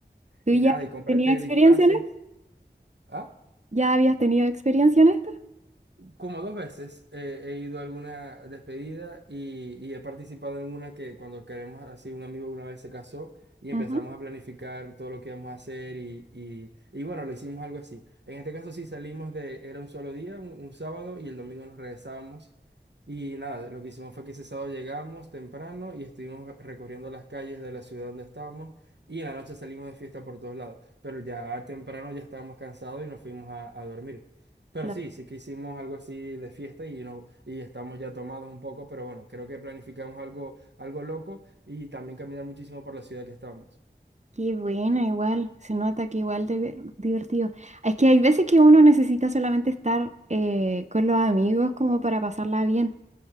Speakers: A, on the right (about 40°); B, on the right (about 75°).
A: ¿Tú
B: Y
A: ya
B: nada, y cómprate
A: tenías experiencia
B: disfraces.
A: en
B: ¿Ah?
A: ¿Ya habías tenido experiencia en esto?
B: como dos veces eh, he ido a alguna despedida y, y he participado en una que cuando queremos, así un amigo una vez se casó y empezamos
A: Ujú.
B: a planificar todo lo que íbamos a hacer y, y, y bueno, lo hicimos algo así. En este caso sí salimos de, era un solo día, un, un sábado y el domingo nos regresábamos y nada, lo que hicimos fue que ese sábado llegamos temprano y estuvimos recorriendo las calles de la ciudad donde estábamos y en la noche salimos de fiesta por todos lados, pero ya temprano ya estábamos cansados y nos fuimos a a dormir. Pero
A: Claro.
B: sí, sí que hicimos algo así de fiesta y, no, y estamos ya tomados un poco, pero bueno, creo que planificamos algo, algo loco y también caminar muchísimo por la ciudad que estamos.
A: Qué buena, igual. Se nota que igual de divertido. Es que hay veces que uno necesita solamente estar eh, con los amigos como para pasarla bien.